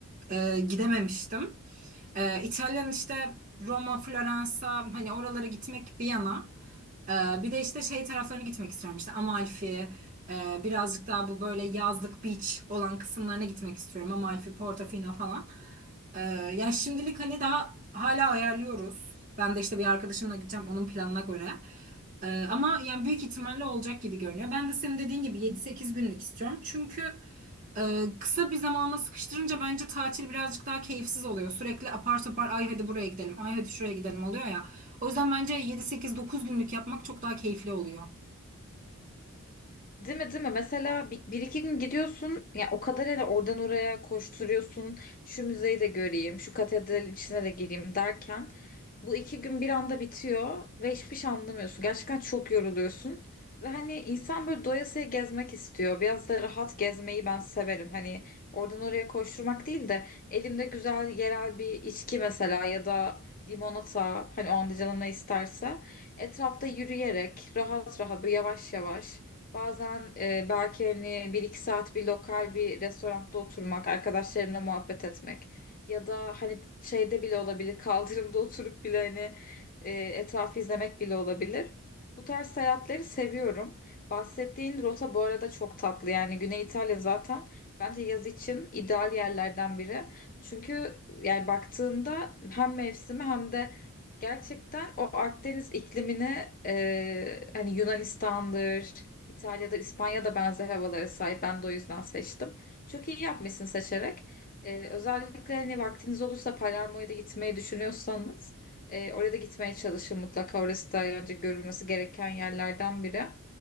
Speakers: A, on the right (about 35°); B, on the left (about 40°).
A: e, gidememiştim. E, İtalyan işte Roma, Floransa hani oralara gitmek bir yana. E, bir de işte şey taraflarına gitmek istiyorum işte Amalfi, e, birazcık daha bu böyle yazlık beach olan kısımlarına gitmek istiyorum. Amalfi, Portofino falan. E, ya şimdilik hani daha hala ayarlıyoruz. Ben de işte bir arkadaşımla gideceğim onun planına göre. E, ama yani büyük ihtimalle olacak gibi görünüyor. Ben de senin dediğin gibi 7-8 günlük istiyorum. Çünkü ee, kısa bir zamana sıkıştırınca bence tatil birazcık daha keyifsiz oluyor. Sürekli apar topar ay hadi buraya gidelim, ay hadi şuraya gidelim oluyor ya. O yüzden bence 7-8-9 günlük yapmak çok daha keyifli oluyor.
B: Değil mi değil mi? Mesela bir, bir iki gün gidiyorsun ya o kadar hani oradan oraya koşturuyorsun şu müzeyi de göreyim şu katedral içine de gireyim derken bu iki gün bir anda bitiyor ve hiçbir şey anlamıyorsun. Gerçekten çok yoruluyorsun ve hani insan böyle doyasıya gezmek istiyor. Biraz da rahat gezmeyi ben severim. Hani oradan oraya koşturmak değil de elimde güzel yerel bir içki mesela ya da limonata hani o anda canına isterse etrafta yürüyerek rahat rahat böyle yavaş yavaş Bazen e, belki hani bir iki saat bir lokal bir restoranda oturmak, arkadaşlarımla muhabbet etmek ya da hani şeyde bile olabilir, kaldırımda <laughs> oturup bile hani e, etrafı izlemek bile olabilir. Bu tarz seyahatleri seviyorum. Bahsettiğin rota bu arada çok tatlı. Yani Güney İtalya zaten bence yaz için ideal yerlerden biri. Çünkü yani baktığında hem mevsimi hem de gerçekten o Akdeniz iklimini e, hani Yunanistan'dır İtalya'da, İspanya'da benzer havalara sahip. Ben de o yüzden seçtim. Çok iyi yapmışsın seçerek. Ee, özellikle hani vaktiniz olursa Palermo'ya da gitmeyi düşünüyorsanız e, oraya da gitmeye çalışın mutlaka. Orası da önce görülmesi gereken yerlerden biri.